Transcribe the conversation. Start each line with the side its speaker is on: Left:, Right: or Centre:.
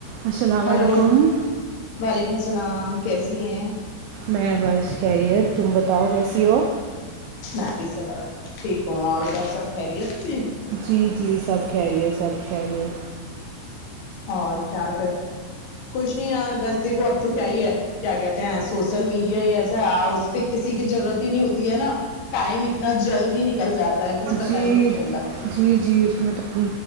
Right: السلام
Left: ہلو
Right: علیکم
Left: وعلیکم السلام کیسی ہیں
Right: میں بس خیریت تم بتاؤ کیسی ہو
Left: میں بھی سب ٹھیک ہوں اور ادھر سب خہریت سے
Right: جی جی سب کہہ رہی ہے سب کہہ رہی ہیں
Left: اور کیا کر کچھ نہیں یار بس دیکھو اب تو کیا ہی ہے کیا کہتے ہیں سوشل میڈیا یہ ایسا آ پ کسی کی ضرورت ہی نہیں ہوتی ہے نا ٹائم اتنا جلدی نکل جاتا ہے کچھ پتا
Right: جی
Left: ہی نہیں چلتا
Right: جی جی اس میں تو